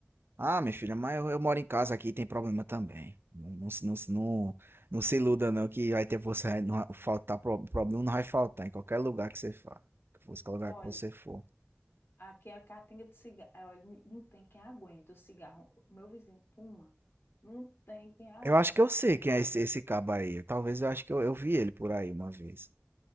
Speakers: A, on the right (about 60°); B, on the left (about 65°).
A: Ah, minha filha, mas eu, eu moro em casa aqui, tem problema também. Não, não, se- não, se- não, não se iluda, não, que vai ter você. Não, vai faltar, pro- problema não vai faltar em qualquer lugar que você for. Que fosse qualquer lugar
B: Olha,
A: que você for.
B: Aqui é a caatinga de cigarro. É, Olha, não tem quem aguenta o cigarro. Meu vizinho fuma. Não tem quem aguenta
A: Eu acho que eu
B: aquela
A: sei quem
B: caatinga.
A: é esse, esse cabo aí. Talvez eu acho que eu, eu vi ele por aí uma vez.